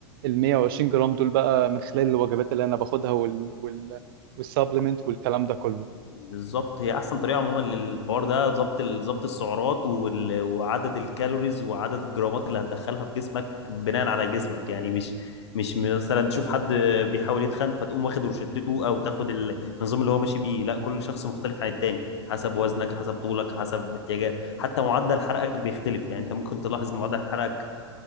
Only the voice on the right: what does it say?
ال 120 جرام دول بقى من خلال الوجبات اللي أنا باخدها وال وال والسبلمنت والكلام ده كله